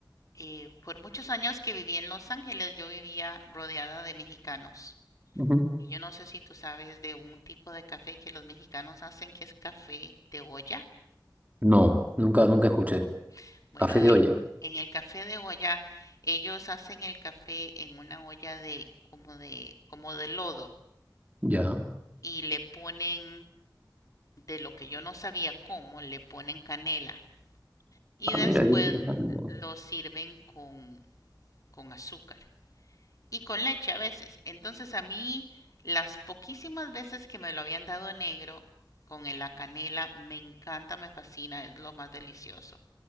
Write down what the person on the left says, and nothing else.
eh, por muchos años que viví en Los Ángeles yo vivía rodeada de mexicanos.
Y yo no sé si tú sabes de un tipo de café que los mexicanos hacen que es café de olla.
¿no? Bueno,
en
el, en el café de olla ellos hacen el café en una olla de como de como de lodo
y le ponen de lo que yo no sabía cómo le ponen canela y
después
lo sirven con, con azúcar y con leche a veces. Entonces a mí las poquísimas veces que me lo habían dado negro con la canela me encanta, me fascina, es lo más delicioso.